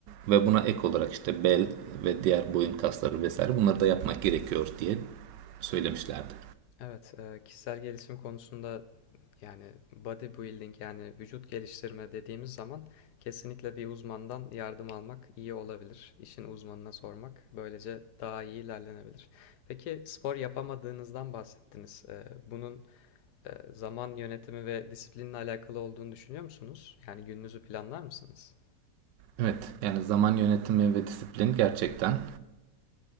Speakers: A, on the right; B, on the left.
A: ve buna ek olarak işte bel ve diğer boyun kasları vesaire bunları da yapmak gerekiyor diye söylemişlerdi.
B: Evet, e, kişisel gelişim konusunda yani bodybuilding yani vücut geliştirme dediğimiz zaman kesinlikle bir uzmandan yardım almak iyi olabilir. İşin uzmanına sormak böylece daha iyi ilerlenebilir. Peki spor yapamadığınızdan bahsettiniz. E, Bunun e, zaman yönetimi ve disiplinle alakalı olduğunu düşünüyor musunuz? Yani gününüzü planlar mısınız?
A: Evet yani zaman yönetimi ve disiplin gerçekten